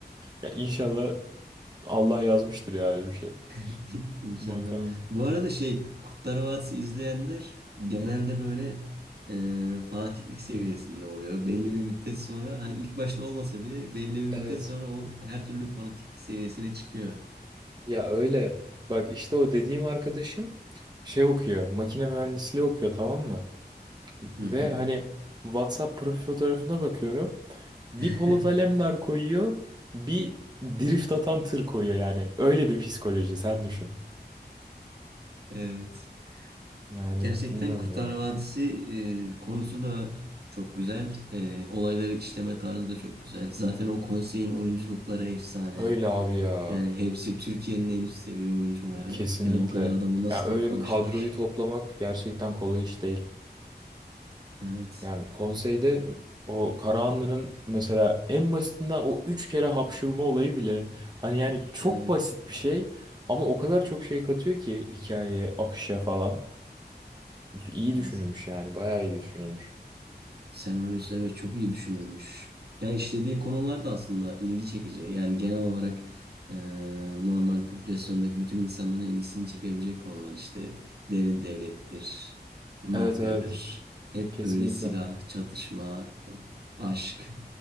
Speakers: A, on the right; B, on the right.
A: Ya inşallah Allah yazmıştır yani bir şey.
B: <laughs> inşallah.
A: Bakalım.
B: Bu arada şey Kurtlar Vadisi izleyenler genelde böyle e, fanatiklik seviyesinde oluyor. Belli bir müddet sonra hani ilk başta olmasa bile belli bir müddet
A: Evet.
B: sonra o her türlü fanatiklik seviyesine çıkıyor.
A: Ya öyle. Bak işte o dediğim arkadaşım şey okuyor. Makine mühendisliği okuyor tamam mı? Ve
B: Hı hı.
A: hani WhatsApp profil fotoğrafına bakıyorum. Bir
B: <laughs>
A: Polat Alemdar koyuyor. Bir drift atan tır koyuyor yani. Öyle bir psikoloji sen düşün.
B: Evet.
A: Yani
B: Gerçekten
A: bilmiyorum
B: Kurtlar
A: ya.
B: Vadisi e, konusu da çok güzel. E, olayları işleme tarzı da çok güzel. Zaten o konseyin oyunculukları efsane.
A: Öyle abi ya.
B: Yani hepsi Türkiye'nin en üst seviye oyuncuları.
A: Kesinlikle.
B: Yani o kadar adamı nasıl
A: yani
B: toplamışlar?
A: öyle bir kadroyu toplamak gerçekten kolay iş değil.
B: Evet.
A: Yani konseyde o Karahanlı'nın mesela en basitinden o üç kere hapşırma olayı bile hani yani çok
B: Evet.
A: basit bir şey ama o kadar çok şey katıyor ki hikayeye, akışa falan. İyi düşünülmüş
B: Evet.
A: yani, bayağı iyi düşünülmüş.
B: Senaryosu evet çok iyi düşünülmüş. Yani işlediği konular da aslında ilgi çekici. Yani genel olarak e, normal popülasyondaki bütün insanların ilgisini çekebilecek konular işte derin devlettir, mafyadır.
A: Evet evet,
B: Hep
A: kesinlikle.
B: böyle silah, çatışma, e, aşk.